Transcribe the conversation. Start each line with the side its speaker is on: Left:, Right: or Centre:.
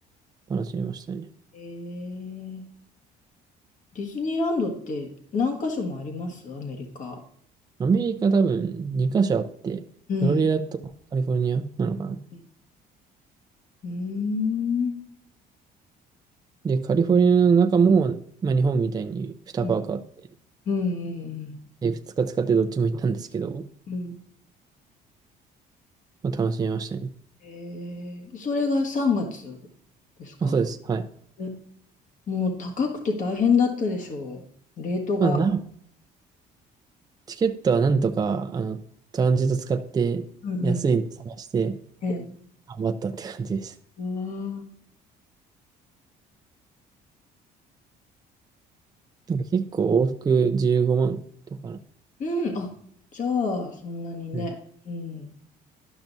Right: 楽しみましたね。
Left: えー、ディズニーランドって何箇所もありますアメリカ。
Right: アメリカ多分2カ所あって、
Left: うん。
Right: フロリダとカリフォルニアなのかな。
Left: うん。うーん。
Right: で、カリフォルニアの中も、まあ日本みたいに2パークあって、
Left: うんうんうん。
Right: で、2日使ってどっちも行ったんですけど、
Left: うん
Right: まあ楽しみましたね。
Left: えー、それが3月ですか
Right: あ、そうです。はい。
Left: うんもう高くて大変だったでしょう。レートが。
Right: まあな、チケットはなんとか、あの、トランジット使って安いの探して
Left: うんうん。ええ
Right: 頑張ったって感じです。
Left: うん
Right: なんか結構往復15万とかな。
Left: うん。あ、じゃあ、そんなにね。
Right: うん。や
Left: うん。